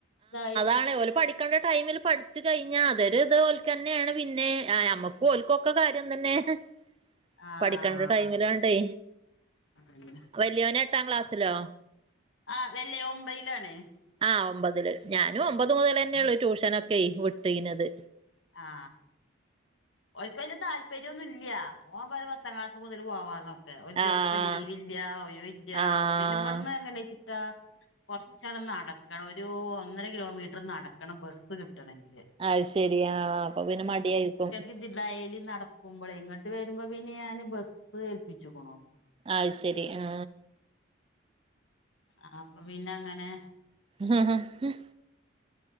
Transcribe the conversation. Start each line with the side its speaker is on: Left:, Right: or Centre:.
Left: തായി
Right: ആണ് ഓല് പഠിക്കണ്ട ടൈമില് പഠിച്ച്കഴിഞ്ഞാ അതൊരുരിത് ഓൽക്കന്നേണ് പിന്നെ ആ ഞമ്മക്ക്‌ പ്പോ ഓൽക്കൊക്കെ കാര്യം തന്നെ ഹ്
Left: ആഹ്
Right: പഠിക്കേണ്ട
Left: അതന്നെ
Right: ടൈമിലാണ്ടെ,
Left: അതന്നെ
Right: വല്യോൻ എട്ടാം ക്ലാസ്സിലോ
Left: ആ അതല്ലേ ഒമ്പെയ്ലാണ്
Right: ആ ഒമ്പതില് ഞാനും ഒമ്പതു മുതലന്നൊള്ളു ട്യൂഷനൊക്കേയ് വിട്ടീനത്
Left: ആ ഒൽക്ക്‌ വല്യ താല്പര്യയൊന്നുല്ല്യാ ഓം പറി പത്താം ക്ലാസുമുതല് പോവാന്നൊക്കെ ഒരു ദിവ
Right: ആഹ്
Left: ഇപ്പ ലീവില്ല്യ ഒയിവില്ല്യ
Right: ആഹ്
Left: പിന്നെ ഇബടന്ന് എങ്ങനെച്ചിട്ടാ കൊറച്ചട് നടക് ക്കണൊരു ഒന്നര കിലോമീറ്റർ നടക്കണം ബസ്സ് കിട്ടണങ്കില്
Right: അയ്ശെരിയാ അപ്പൊപിന്നെ മടിയായിരിക്കും
Left: ഇദ് ഡയ്ലി നടക്കുമ്പളെ ഇങ്ങട്ട് വരുമ്പോ പിന്നെ ഞാൻ ബസ്സ് ഏൽപ്പിച്ചുക്കണു
Right: അയ്‌ശെരി ആ
Left: അ അപ്പൊ പിന്നെയങ്ങനെ
Right: ഹ് ഹ് ഹ്